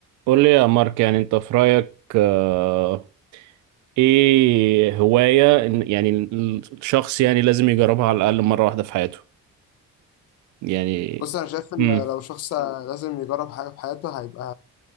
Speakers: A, on the right; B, on the left.
A: قول لي يا مارك يعني انت في رأيك آه، ايه هواية إن- يعني الشخص يعني لازم يجربها على الأقل مرة واحدة في حياته يعني
B: بص انا شايف ان
A: امم
B: لو شخص لازم يجرب حاجه في حياته هيبقى